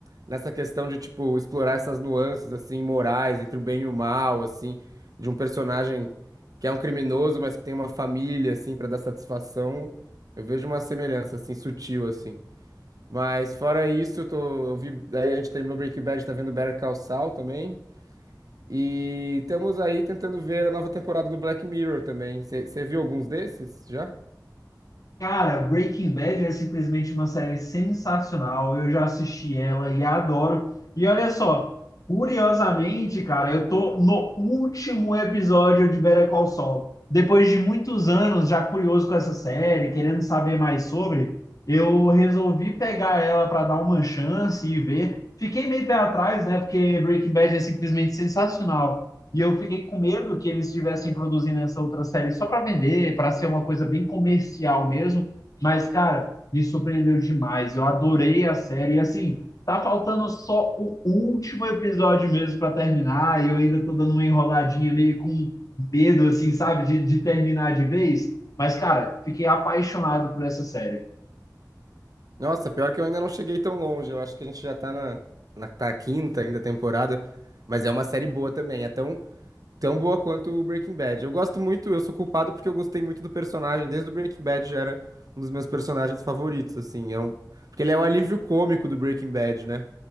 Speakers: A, on the right (about 55°); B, on the left (about 50°).
A: Nessa questão de, tipo, explorar essas nuances, assim, morais, entre o bem e o mal, assim, de um personagem que é um criminoso, mas que tem uma família, assim, pra dar satisfação. Eu vejo uma semelhança, assim, sutil, assim. Mas fora isso, eu tô, eu vi, aí a gente terminou Breaking Bad, tá vendo Better Call Saul também. E estamos aí tentando ver a nova temporada do Black Mirror também. Você viu alguns desses já?
B: Cara, Breaking Bad é simplesmente uma série sensacional. Eu já assisti ela e adoro. E olha só, curiosamente, cara, eu tô no último episódio de Better Call Saul. Depois de muitos anos já curioso com essa série, querendo saber mais sobre, eu resolvi pegar ela para dar uma chance e ver. Fiquei meio pé atrás, né? Porque Breaking Bad é simplesmente sensacional. E eu fiquei com medo que eles estivessem produzindo essa outra série só para vender, para ser uma coisa bem comercial mesmo. Mas, cara, me surpreendeu demais. Eu adorei a série. E, assim, tá faltando só o último episódio mesmo para terminar. E eu ainda tô dando uma enroladinha meio com medo, assim, sabe, de, de terminar de vez. Mas, cara, fiquei apaixonado por essa série.
A: Nossa, pior que eu ainda não cheguei tão longe. Eu acho que a gente já tá na, na tá na quinta ainda temporada, mas é uma série boa também. É tão, tão boa quanto o Breaking Bad. Eu gosto muito, eu sou culpado porque eu gostei muito do personagem. Desde o Breaking Bad já era um dos meus personagens favoritos, assim. É um, porque ele é o alívio cômico do Breaking Bad, né?